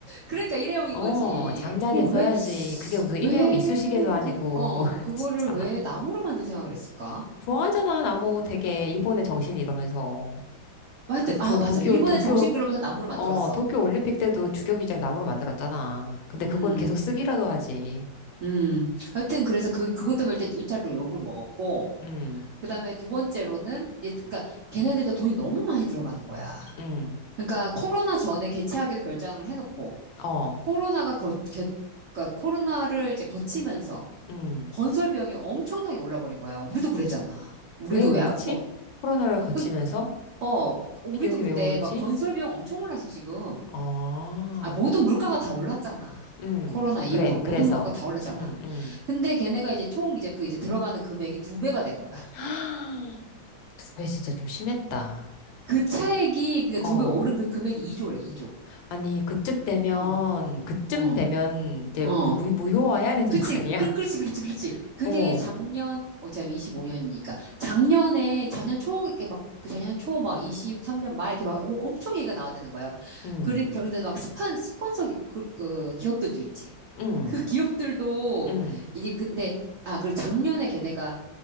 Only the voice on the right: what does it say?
그러니까 일회용인
거지.
그
왜,
왜,
그, 어,
그거를
왜 나무로 만들 생각을 했을까?
하여튼,
아,
맞아.
일본의
정신 그러면서 나무로 만들었어.
음,
음. 하여튼, 그래서 그, 그것 때문에 일단 일차로 욕을 먹었고,
그 다음에 두 번째로는, 얘, 그러니까 걔네들도 돈이 너무 많이 들어가는 거야.
그러니까 코로나 전에 개최하기로 결정을 해놓고,
코로나가 거, 겨, 그러니까 코로나를 이제 거치면서
건설비용이 엄청나게 올라버린 거야. 우리도 그랬잖아. 우리도
왜, 아- 뭐,
그- 어, 우리도
그때
막 건설비용 엄청 올랐어, 지금.
아, 모든 물가가 다 올랐잖아.
코로나 이후로
모든
물가가 다 올랐잖아.
근데 걔네가 이제 총 이제 그 이제 들어가는 금액이 두 배가 된 거야.
그 차액이, 그니까 두
배 오른 그 금액이 2조래, 2조.
어,
어,
어.
그치,
그, 그렇지,
그렇지, 그렇지. 그게
작년, 어, 제 25년이니까. 작년에, 작년 초, 이렇게 막, 그 작년 초, 막, 23년 말, 이렇게 막, 어, 엄청 얘기가 나왔다는 거야.
그리- 그런데 막, 스판, 스폰서, 기- 그, 그 기업들도 있지.
<laughs> 그 기업들도,
이게, 근데, 아, 그리고 작년에 걔네가,